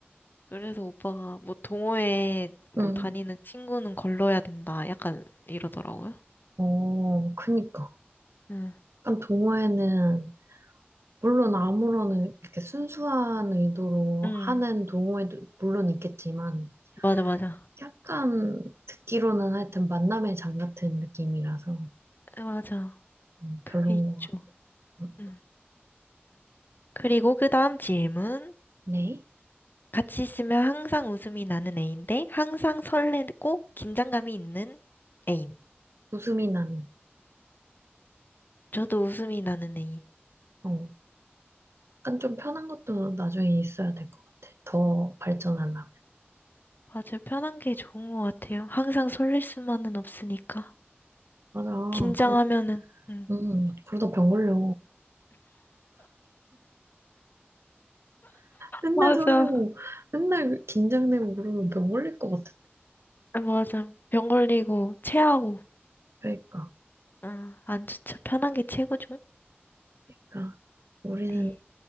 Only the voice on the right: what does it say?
응,
어, 그니까.
약간 동호회는, 물론 아무런, 이렇게 순수한 의도로
하는 동호회도 물론 있겠지만,
약간 듣기로는 하여튼 만남의 장 같은 느낌이라서
음,
별인것
같아.
네?
웃음이 나는.
어, 약간 좀 편한 것도 나중에 있어야 될 것 같아. 더 발전하려면.
맞아.
그러,
음, 그러다 병 걸려. 맨날
설레고, 맨날 긴장되고 그러면 병 걸릴 것 같아.
그러니까.
그러니까 우리는